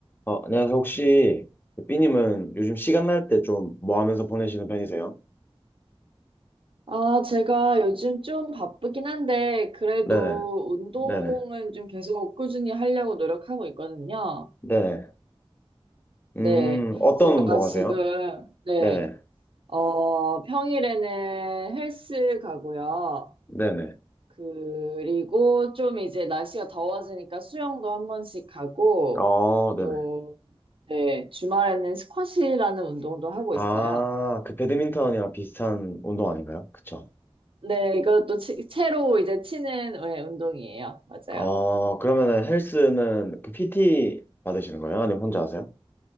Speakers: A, on the left (about 20°); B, on the right (about 60°).
A: 어, 안녕하세요. 혹시 그 삐님은 요즘 시간 날 때 좀 뭐 하면서 보내시는 편이세요?
B: 아, 제가 요즘 좀 바쁘긴 한데, 그래도
A: 네네,
B: 운동은
A: 네네,
B: 좀 계속 꾸준히 하려고 노력하고 있거든요.
A: 네네. 음,
B: 네,
A: 어떤
B: 제가
A: 운동
B: 지금,
A: 하세요?
B: 네,
A: 네네,
B: 어, 평일에는 헬스 가고요.
A: 네네.
B: 그리고 좀 이제 날씨가 더워지니까 수영도 한 번씩 가고,
A: 어, 네네.
B: 또, 네, 주말에는 스쿼시라는 운동도 하고
A: 아,
B: 있어요.
A: 그 배드민턴이랑 비슷한 운동 아닌가요? 그쵸?
B: 네, 이것도 치- 채로 이제 치는 네, 운동이에요. 맞아요.
A: 어, 그러면은 헬스는 그 PT 받으시는 거예요? 아니면 혼자 하세요?